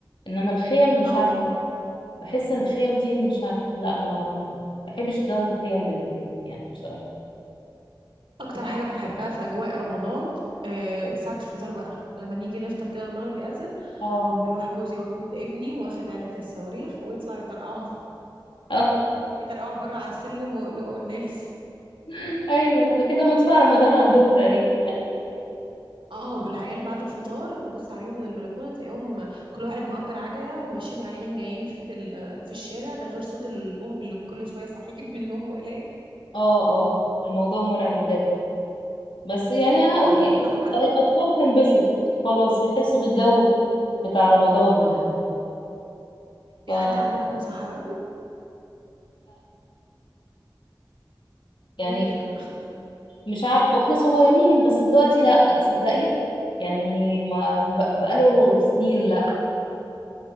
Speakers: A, on the left (about 80°); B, on the right (about 85°).
A: إنما الخيم مش
B: اه
A: عارفة بحس إن الخيم دي مش عارفة لأ ما بحبش جو الخيم بالليل يعني بصراحة
B: اكتر حاجة بحبها في اجواء رمضان إيه ساعة الفطار بقى لما نيجي نفطر كده المغرب يأذن
A: اه
B: يروح جوزي واخد ابني واخد علبة الصواريخ ويطلعوا يطرقعوا <laughs>
A: اه
B: يطرقعوا بره على السلم ويقلقوا الناس
A: <laughs> أيوه ده كده مدفع رمضان عندهم تقريبا
B: اه والعيال بعد الفطار تبص عليهم من البلكونه تلاقيهم كل واحد مأجر عجله وماشيين رايحين جايين في ال- في الشارع ده غير صوت البومب اللي كل شويه صحيك من النوم وإليك
A: اه اه الموضوع مرعب بجد بس يعني هقول
B: ولا
A: هي-
B: المسحرات
A: هي الأطفال تنبسط خلاص بيحسوا بالجو بتاع رمضان
B: اه
A: يعني فلا
B: يعدي عندكم المسحرات
A: يعني
B: ليه كده
A: مش عارف واحنا صغيرين بس دلوقتي لا تصدقي يعني ما ما بق- بقاله سنين لا